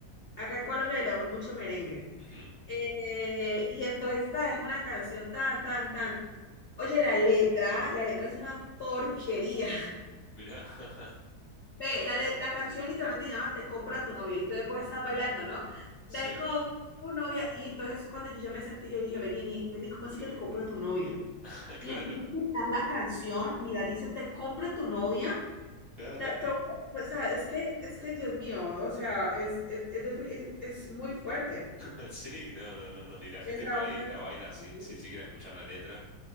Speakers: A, on the left; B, on the right.
A: acá en Colombia bailamos mucho merengue.
B: Ujú,
A: Eh, y entonces esta es una canción tan, tan, tan. Oye, la letra, la letra es una porquería.
B: Mirá, <laughs>
A: Ve, la, le- la canción literalmente llama Te compra tu novia y entonces vos estás bailando, ¿no?
B: sí,
A: Te compra tu novia y entonces cuando yo ya me sentí, yo dije, vení, vení, vení, ¿cómo así que te compra tu novia?
B: <laughs> claro,
A: Y empiezo a escuchar la canción, mira, dice, te compra tu novia.
B: claro.
A: Te- te- o sea, es que, es que, Dios mío, o sea, es, es, es, defi- es- es muy fuerte.
B: <laughs> Sí, no, no, no, no. Y la gente
A: Es a
B: por
A: uno
B: ahí
A: de
B: la baila sin,
A: mis...
B: sin siquiera escuchar la letra.